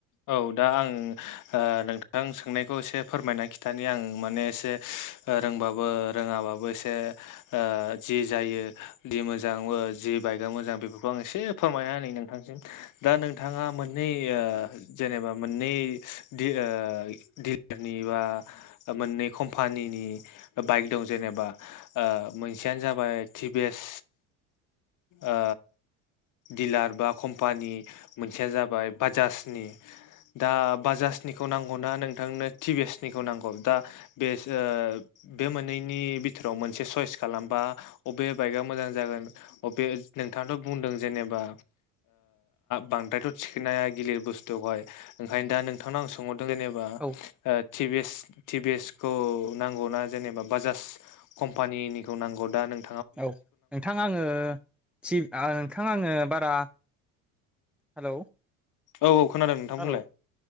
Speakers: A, on the left; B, in the centre.
A: औ दा आं ओ नोंथां सोंनायखौ एसे फोरमायना खिथानि आं माने एसे रोंबाबो रोङाबाबो एसे ओ जि जायो जि मोजां जि बे बाइकआ मोजां बेफोरखौ आं एसे फोरमायना नै नोंथांसिम दा नोंथाङा मोननै ओ जेनेबा मोननै दिलारनि बा मोननै कम्पानि नि बाइक दं जेनेबा ओ मोनसेयनो जाबाय टि भि एस ओ दिलार बा कम्पानि मोनसेया जाबाय बाजाजनि दा बाजाजनिखौ नांगौना नोंथांनो टिभिएसनिखौ नांगौ दा बेसो बे मोननैनि बिथोराव मोनसे सयस खालामबा अबे बाइकआ मोजां जागोन अबे नोंथाङाथ' बुंदों जेनेबा बांद्रायथ' थिखनाया गिलिर बुस थुवहाय ओंखायनो दा नोंथांनाव आं सोंहरदों जेनेबा
B: औ
A: टिभि एस टिभिएस खौ नांगौनाा जेनेबा बाजाज कम्पानिनिखौ नांगौ दा नों
B: औ नोंथां आङो सिब नोंथां आङो बारा हेलौ
A: औ औ खोनादों नोंथांमोनलाय
B: हेलौ